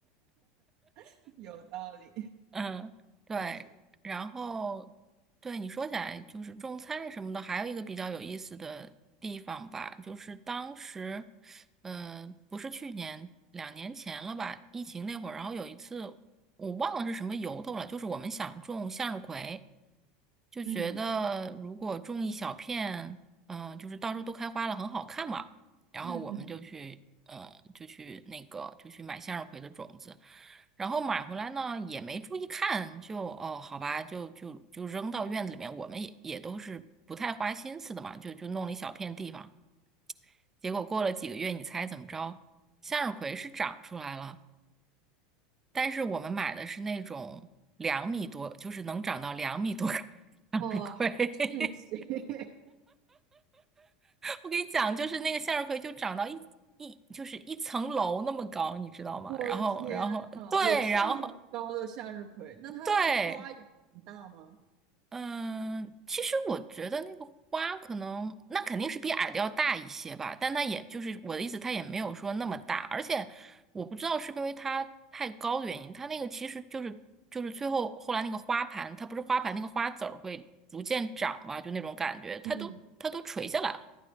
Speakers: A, on the right (about 55°); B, on the right (about 15°).
A: <laughs> 有道理，
B: 嗯，对，
A: 确实，
B: 然后对你说起来就是种菜什么的，还有一个比较有意思的地方吧，就是当时，嗯，不是去年，两年前了吧，疫情那会儿，然后有一次我忘了是什么由头了，就是我们想种向日葵，就觉得如果种一小片，
A: 嗯
B: 嗯、就是到时候都开花了，很好看嘛。然后我们就去呃就去那个就去买向日葵的种子，
A: 嗯嗯嗯，
B: 然后买回来呢也没注意看，就哦好吧，就就就扔到院子里面，我们也也都是不太花心思的嘛，就就弄了一小片地方，结果过了几个月，你猜怎么着？向日葵是长出来了，但是我们买的是那种两米多，就是能长到两米多高的向日葵。
A: 哦，<laughs> 谢。
B: <laughs> 我给你讲，就是那个向日葵就长到一一就是一层楼那么高，你知道吗？
A: 我的天呐，
B: 然后，然后对，
A: 有这么高的向日葵，
B: 然后
A: 那它那个花也很大吗？
B: 对，嗯，其实我觉得那个花可能，那肯定是比矮的要大一些吧，但它也就是我的意思，它也没有说那么大，而且我不知道是不是因为它太高的原因，它那个其实就是就是最后后来那个花盘，它不是花盘那个花籽儿会逐渐长嘛，就那种感觉，它都它都垂下来了，
A: 嗯，